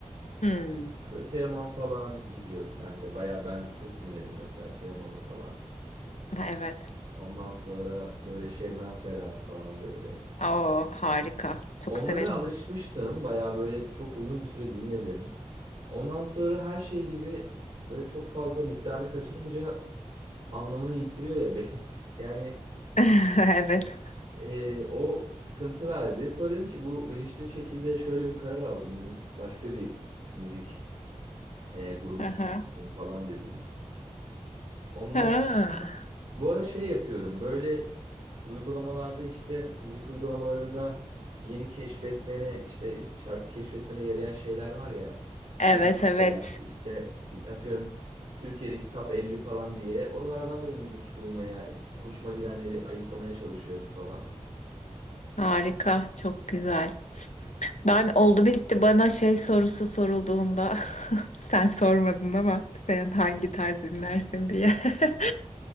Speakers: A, on the left; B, on the right.
A: Hmm,
B: Ya Böyle Teoman falan gidiyordu ben de. Baya ben çok dinledim mesela Teoman'ı falan.
A: evet.
B: Ondan sonra böyle Şebnem Ferah falan böyle.
A: Oo, harika. Çok
B: Onlara
A: severim.
B: alışmıştım. Baya böyle çok uzun bir süre dinledim. Ondan sonra her şey gibi böyle çok fazla miktarını kaçırınca anlamını yitiriyor ya. <laughs> Be- Yani
A: <laughs> Evet.
B: e, o sıkıntı verdi. Sonra dedim ki bu bilinçli şekilde şöyle bir karar aldım dedim. Başka bir müzik e, grubu keşfedeyim
A: Aha.
B: falan dedim. Ondan
A: Ha.
B: sonra bu ara şey yapıyorum. Böyle uygulamalarda işte müzik uygulamalarında yeni keşfetmene işte şarkı keşfetmene yarayan şeyler var ya.
A: Evet
B: Yeni listeler
A: evet.
B: işte atıyorum Türkiye'deki top 50 falan diye oralardan böyle müzik bulmaya, hoşuma gidenleri ayıklamaya çalışıyorum falan.
A: Harika. Çok güzel. Ben oldu bitti bana şey sorusu sorulduğunda <laughs> sen sormadın ama sen hangi tarz dinlersin diye. <laughs>